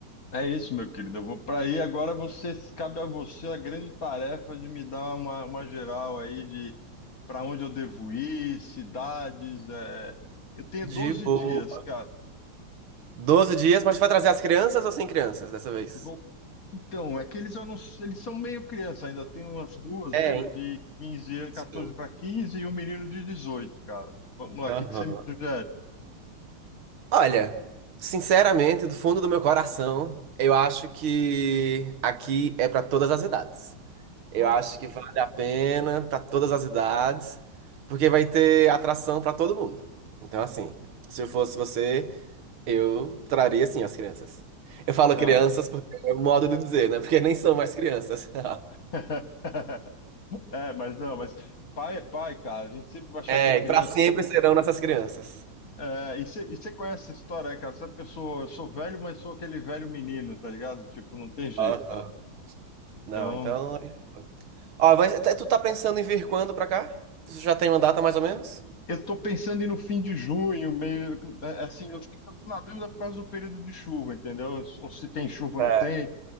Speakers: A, on the left; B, on the right.
A: É isso, meu querido. Eu vou pra aí agora. Você cabe a você a grande tarefa de me dar uma, uma geral aí de para onde eu devo ir, cidades. é. Eu tenho
B: De
A: 12
B: boa.
A: dias, cara.
B: Doze dias, mas vai trazer as crianças ou sem crianças dessa vez?
A: Vou... Então, é que eles, eu não- eles são meio criança ainda. Tem umas duas,
B: É,
A: lembra?
B: hein?
A: De quinze anos,
B: Sim.
A: 14 para 15 e o menino de dezoito cara. Vamos lá, o
B: Aham.
A: que que você me sugere?
B: Olha, sinceramente, do fundo do meu coração, eu acho que aqui é pra todas as idades. Eu
A: Boa.
B: acho que vale a pena para todas as idades, porque vai ter atração para todo mundo. Então, assim, se eu fosse você, eu traria assim as crianças. Eu falo
A: Ah.
B: crianças porque é o modo de dizer, né? Porque nem são mais crianças. <laughs>
A: <laughs> É, mas não, mas pai é pai, cara. A gente sempre vai achar
B: É,
A: que é criança.
B: e para sempre serão nossas crianças.
A: É, e você conhece essa história, né, cara? Sabe que eu sou, eu sou velho, mas sou aquele velho menino, tá ligado? Tipo, não tem jeito,
B: Aham.
A: cara. Então.
B: Não, então. Ó, mas tu tá pensando em vir quando pra cá? Tu já tem uma data mais ou menos?
A: Eu tô pensando em no fim de junho, meio né, assim, eu fico na dúvida por causa do período de chuva, entendeu? Ou se tem chuva ou
B: É.
A: não tem.